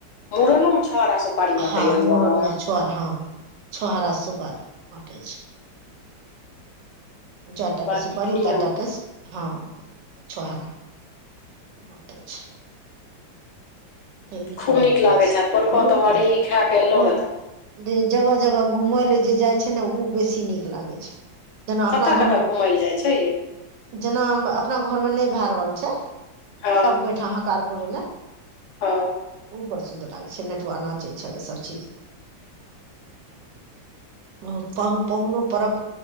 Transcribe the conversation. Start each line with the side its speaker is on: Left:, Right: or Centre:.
Left: मूड़नोमे छहोर आ सुपारी बँटैया
Right: हँ
Left: ओहि
Right: मुूड़नमें
Left: गाँवमे
Right: छोर- हँ। छोहारा सुपारी बाँटे छै। जेएटा
Left: बड़ा
Right: के सुपारी
Left: नीक नियम
Right: तेएटा
Left: यै
Right: के हँ छुहार- बटै छै। ढेरिक
Left: खूब
Right: नियम
Left: नीक
Right: होइ
Left: लागैत
Right: छै
Left: हेएत पोड़को
Right: बहुत
Left: तऽ
Right: नीक
Left: <unintelligible> खा के एलो
Right: बहुत
Left: रहे।
Right: जे जगह -जगह घूमय ले जे जाइ छै ने ओ बेसी नीक लागै छै। जेना अपना
Left: कतऽ
Right: घर
Left: कतऽ
Right: मे
Left: घुमय लए जाइ छै यै
Right: जेना अपना घर मे नै भए रहल छै।
Left: हँ
Right: सब के ओयठा हकार पुरै लए।
Left: हँ
Right: ओ बड़ सुन्दर लागै छै नटुआ नाचै छै सबचीज- बहुत पाहु पाहुनो परक